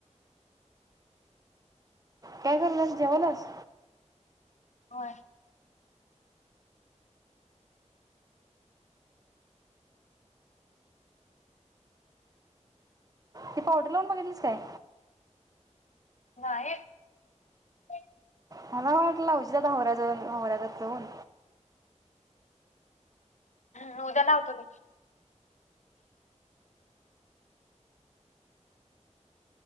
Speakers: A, on the right; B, on the left.
A: काय कराल्यास जेवाल्यास.
B: हो
A: ती पावडर <inaudible> लावून बघितलीस काय?
B: नायी <unintelligible>
A: मला वाटल लावशील आता हावऱ्या ज जाऊन हवऱ्यात जाऊन.
B: ह उद्या लावतो ग